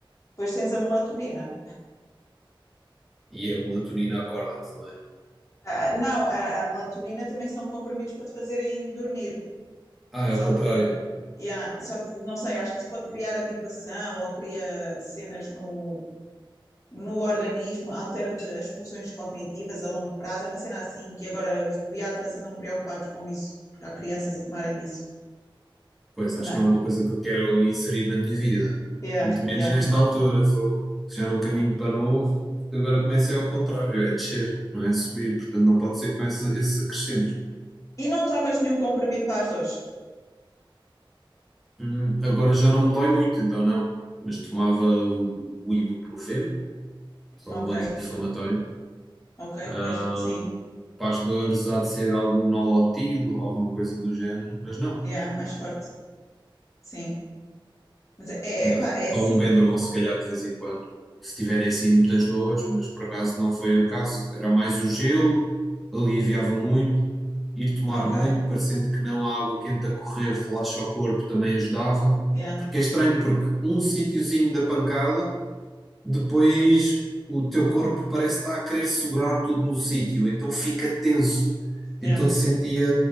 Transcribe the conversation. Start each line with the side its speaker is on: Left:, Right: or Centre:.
Left: Depois tens a melatonina.
Centre: E a melatonina acorda-te, não é?
Left: Ah, não, a, a melatonina também são comprimidos para te fazerem dormir.
Centre: Ah, é
Left: Só
Centre: o contrário.
Left: que Yeah, só que não sei, acho que isso pode criar habituação ou cria cenas no, no organismo, altera-te as funções cognitivas a longo prazo. É uma cena assim que agora os pediatras andam preocupados com isso, porque há crianças a tomarem disso.
Centre: Pois,
Left: Mas,
Centre: acho que não é uma coisa que eu quero inserir na minha vida.
Left: yeah,
Centre: Muito menos
Left: yeah.
Centre: nesta altura, fogo. Já no caminho para novo, agora começa é ao contrário, é descer, não é subir. Portanto, não pode ser com esse, esse acrescento.
Left: E não tomas nenhum comprimido para as dores.
Centre: Hum, agora já não me dói muito, então não. Mas tomava o, o ibuprofeno, só
Left: Ok,
Centre: um anti-inflamatório.
Left: ok,
Centre: Ahm,
Left: pois, sim,
Centre: para as dores há de ser algum nolotil ou alguma coisa do género, mas não.
Left: yeah, mais forte, sim. Mas é, é,
Centre: Não,
Left: é, pá, é
Centre: só
Left: assim,
Centre: um Benuron se calhar de vez em quando. Se tiverem assim muitas dores, mas por acaso não foi o caso. Era mais o gelo, aliviava muito. Ir tomar
Left: ok,
Centre: banho, parecendo que não, a água quente a correr relaxa o corpo, também ajudava.
Left: yeah,
Centre: Porque é estranho, porque um sítiozinho da pancada depois o teu corpo parece estar a querer segurar tudo no sítio, então fica tenso.
Left: yeah,
Centre: Então sentia